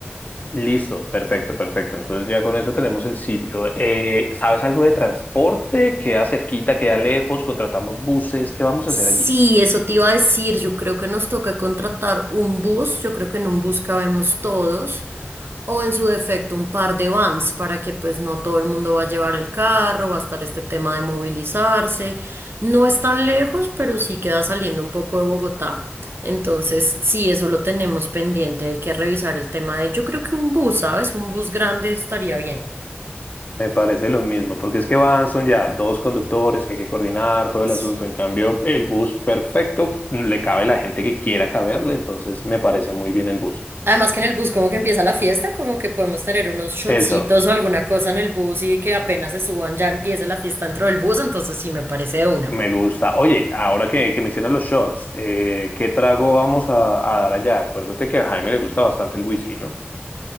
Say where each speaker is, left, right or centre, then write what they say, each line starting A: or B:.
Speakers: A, on the left; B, on the right.
A: Listo, perfecto, perfecto. Entonces ya con eso tenemos el sitio. Eh, ¿sabes algo de transporte? ¿Queda cerquita, queda lejos? ¿Contratamos buses? ¿Qué vamos
B: Sí,
A: a hacer allí?
B: eso te iba a decir. Yo creo que nos toca contratar un bus. Yo creo que en un bus cabemos todos. O en su defecto un par de vans para que pues no todo el mundo va a llevar el carro, va a estar este tema de movilizarse. No es tan lejos, pero sí queda saliendo un poco de Bogotá. Entonces, sí, eso lo tenemos pendiente. Hay que revisar el tema de, yo creo que un bus, ¿sabes? Un bus grande estaría bien.
A: Me parece lo mismo, porque es que van, son ya dos conductores que hay que coordinar todo el
B: Sí.
A: asunto. En cambio, el bus perfecto le cabe la gente que quiera caberle, entonces me parece muy bien el bus.
B: Además que en el bus como que empieza la fiesta, como que podemos tener unos shotcitos
A: Eso,
B: o alguna cosa en el bus y que apenas se suban ya empieza la fiesta dentro del bus, entonces sí me parece de una.
A: me gusta. Oye, ahora que, que mencionas los shots, eh, ¿qué trago vamos a, a dar allá? Acuérdate que a Jaime le gusta bastante el whisky, ¿no?